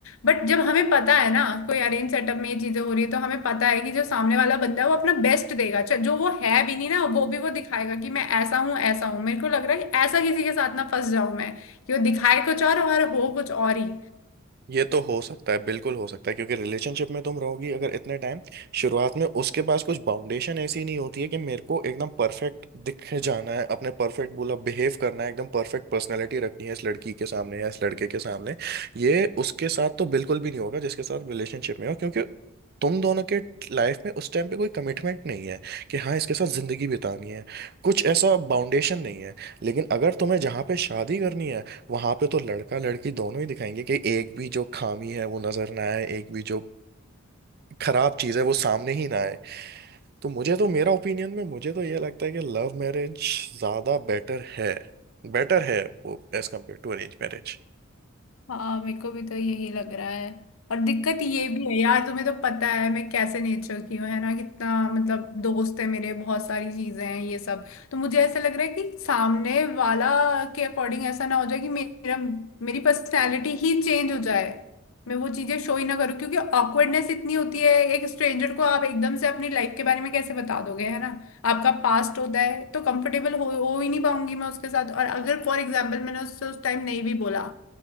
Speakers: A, on the left; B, on the right.
A: बट जब हमें पता है ना कोई अरेंज सेटअप में ये चीजें हो रही है तो हमें पता है कि जो सामने वाला बंदा है वो अपना बेस्ट देगा चाहे जो वो है भी नहीं ना वो भी वो दिखाएगा कि मैं ऐसा हूँ ऐसा हूँ मेरे को लग रहा है कि ऐसा किसी के साथ ना फंस जाऊं मैं कि वो दिखाए कुछ और और हो कुछ और ही
B: ये तो हो सकता है बिल्कुल हो सकता है क्योंकि रिलेशनशिप में तुम रहोगी अगर इतने टाइम शुरुआत में उसके पास कुछ बाउंडेशन ऐसी नहीं होती है कि मेरे को एकदम परफेक्ट दिखे जाना है अपने परफेक्ट बोला बिहेव करना है एकदम परफेक्ट पर्सनैलिटी रखनी है इस लड़की के सामने या इस लड़के के सामने ये उसके साथ तो बिल्कुल भी नहीं होगा जिसके साथ रिलेशनशिप में हो क्योंकि तुम दोनों के लाइफ में उस टाइम पे कोई कमिटमेंट नहीं है कि हाँ इसके साथ जिंदगी बितानी है कुछ ऐसा बाउंडेशन नहीं है लेकिन अगर तुम्हें जहाँ पे शादी करनी है वहां पे तो लड़का लड़की दोनों ही दिखाएंगे कि एक भी जो खामी है वो नजर ना आए एक भी जो खराब चीज है वो सामने ही ना आए तो मुझे तो मेरा ओपिनियन में मुझे तो ये लगता है कि लव मैरिज ज्यादा बेटर है बेटर है वो as compare to arrange marriage
A: हाँ मेरे को भी तो यही लग रहा है और दिक्कत ये भी है यार तुम्हें तो पता है मैं कैसे नेचर की हूँ है ना कितना मतलब दोस्त है मेरे बहुत सारी चीजें हैं ये सब तो मुझे ऐसा लग रहा है कि सामने वाला के अकॉर्डिंग ऐसा ना हो जाए कि मेरा मेरी पर्सनैलिटी ही चेंज हो जाए मैं वो चीजें शो ही ना करूँ क्योंकि ऑकवर्डनेस इतनी होती है एक स्ट्रेंजर को आप एकदम से अपनी लाइफ के बारे में कैसे बता दोगे है ना आपका पास्ट होता है तो कंफर्टेबल हो हो ही नहीं पाऊंगी मैं उसके साथ और अगर फॉर एग्जाम्पल मैंने उससे उस टाइम नहीं भी बोला